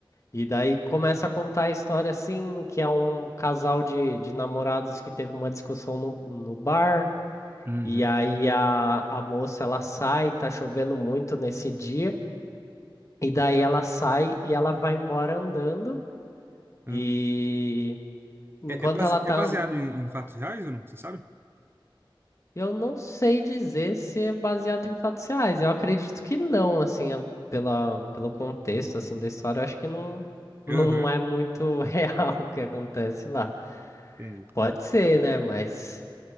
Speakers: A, on the left (about 35°); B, on the right (about 25°).
A: E daí começa a contar a história assim, que é um casal de, de namorados que teve uma discussão no, no bar,
B: Uhum.
A: e aí a, a moça ela sai, tá chovendo muito nesse dia, e daí ela sai e ela vai embora andando,
B: Aham.
A: e enquanto
B: É, é base-
A: ela tá
B: é baseado em, em fatos reais ou não? Você sabe?
A: Eu não sei dizer se é baseado em fatos reais. Eu acredito que não, assim, a- pela, pelo contexto assim da história, eu acho que não,
B: Aham,
A: não é muito <laughs> real o que acontece lá.
B: entendi.
A: Pode ser, né? Mas